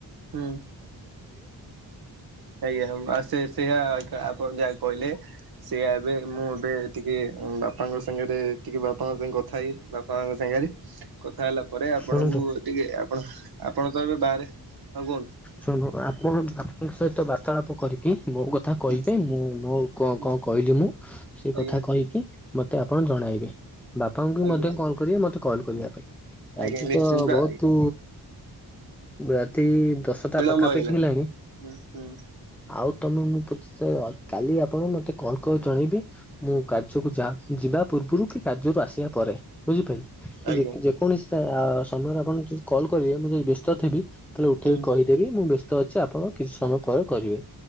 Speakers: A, on the right (about 65°); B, in the centre.
A: ହୁଁ ଆଜ୍ଞା ଉଁମା ସେ ସେୟା ଏକା ଆପଣ ଯା କହିଲେ ସେୟା ଏବେ ମୁଁ ଏବେ ଟିକେ ବାପାଙ୍କ ସାଙ୍ଗରେ ଟିକେ ବାପାଙ୍କ ସାଙ୍ଗେ କଥା ହେଇ ବାପା ମାଆଙ୍କ ସାଙ୍ଗରେ କଥା ହେଲା ପରେ ଆପଣଙ୍କୁ
B: ଶୁଣନ୍ତୁ
A: ଟିକେ ଆପଣ ଆପଣ ତ ଏବେ ବାହାରେ ଆଉ କୁହନ୍ତୁ
B: ଶୁଣନ୍ତୁ ଆପଣ ଆପଣଙ୍କ ସହିତ ବାର୍ତ୍ତାଳାପ କରିକି। ମୋ କଥା କହିପେଇଁ
A: ହୁଁ
B: ମୁଁ ମୋ କଁ
A: ହୁଁ
B: କଁ କହିଲି ମୁଁ ସେ
A: ଆଜ୍ଞା
B: କଥା କହିକି ମୋତେ ଆପଣ ଜଣାଇବେ ବାପାଙ୍କୁ ବି
A: ଆଜ୍ଞା
B: ମଧ୍ୟ କଲ୍ କରିବେ ମୋତେ କଲ୍ କରିବା ପାଇଁ।
A: ଆଜ୍ଞା
B: ଆଜି
A: ନିଶ୍ଚିନ୍ତ
B: ତ ବୋହୁତୁ ରାତି ଦଶଟା
A: ବିଳମ୍ବ
B: ପାଖାପାଖି
A: ହେଇଗଲାଣି
B: ହେଲାଣି
A: ହୁଁ ହୁଁ
B: ଆଉ ତମେ ମୁଁ ପଛେ କାଲି ଅ ଆପଣ ମତେ କଲ୍ କ ଜଣେଇବି ମୁଁ କାର୍ଯ୍ୟକୁ ଯା ଯିବା। ପୂର୍ବରୁ ବି କାର୍ଯ୍ୟରୁ ଆସିବା ପରେ ବୁଝିପାଇ
A: ଆଜ୍ଞା
B: ଯେକ୍ ଯେକୌଣସି ତା ସମୟରେ ଆପଣଙ୍କୁ ଯଦ କଲ୍ କରିବେ ମୁଁ ଯଦି ବ୍ୟସ୍ତ ଥେବି ତାହାଲେ ଉଠେଇି
A: ହୁଁ
B: କହିଦେବି ମୁଁ ବ୍ୟସ୍ତ ଅଛି ଆପଣ କିଛି ସମୟ ପରେ କରିବେ।